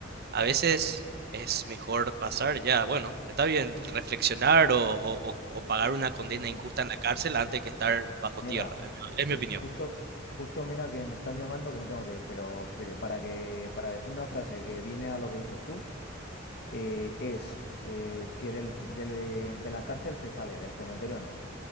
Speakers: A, on the right; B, on the left.
A: a veces es mejor pasar ya, bueno, está bien reflexionar o, o- o- o pagar una condena
B: Mm.
A: injusta en la cárcel antes que estar bajo
B: Mira,
A: tierra, es mi, es mi
B: eh,
A: opinión.
B: justo, justo mira que me están llamando que me tengo que ir, pero pero para que, para una frase que viene a lo que dices tú, eh, es eh, que del- del- de la cárcel se sale, del cementerio no.